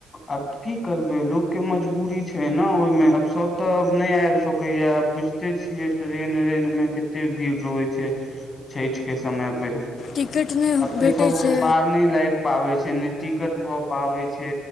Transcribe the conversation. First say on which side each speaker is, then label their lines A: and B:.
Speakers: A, on the left; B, on the left.
A: अब की करू? लोकके मजबूरी छैने ओईमे आब सभ त नै आबि सकैये आब बुझिते छियै त ट्रेन रेन मे केते भीड़ रहै छै छठि के समय पे
B: टिकट नहि
A: अते
B: भेटै
A: सभके
B: छै
A: पार नै लागि पाबैय छै, ने टिकट भ पाबै छै